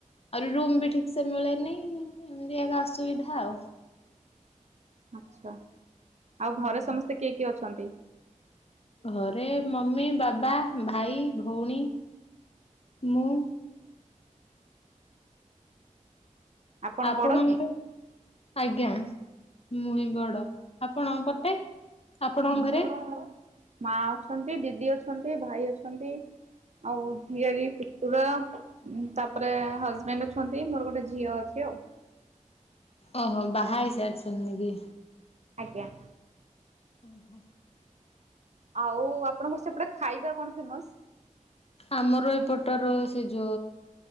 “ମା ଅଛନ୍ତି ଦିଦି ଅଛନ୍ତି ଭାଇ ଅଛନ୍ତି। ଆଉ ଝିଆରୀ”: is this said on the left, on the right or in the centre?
Right